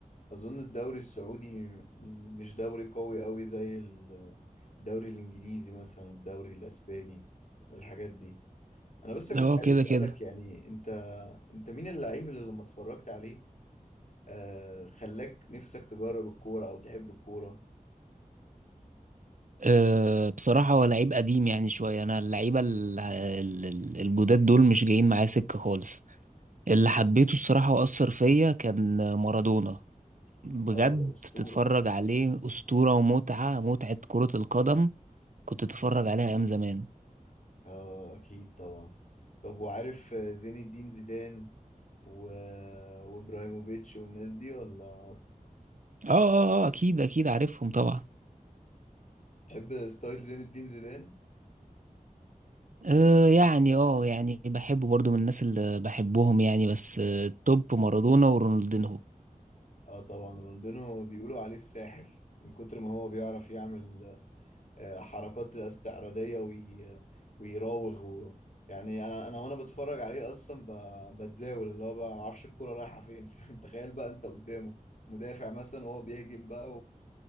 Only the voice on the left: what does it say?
اظن الدوري السعودي مش دوري قوي قوي زي ال- الدوري الانجليزي مثلا الدوري الاسباني والحاجات دي انا بس كنت
عايز
اسالك
يعني انت انت مين اللعيب اللي لما اتفرجت عليه آه خلاك نفسك تجرب الكورة او تحب الكورة
اه ده اسطورة
اه اكيد طبعا طب وعارف زين الدين زيدان و... وابراهيموفيتش والناس دي ولا
تحب ستايل زين الدين زيدان
اه طبعا رونالدينو بيقولوا عليه الساحر من كتر ما هو بيعرف يعمل آه، حركات استعراضية وي... ويراوغ و... يعني انا انا وانا بتفرج عليه اصلا ب... بتزاول اللي هو بقى ما اعرفش الكرة رايحة فين <laughs> فاهم؟ تخيل بقى انت قدامه مدافع مثلا وهو بيهجم بقى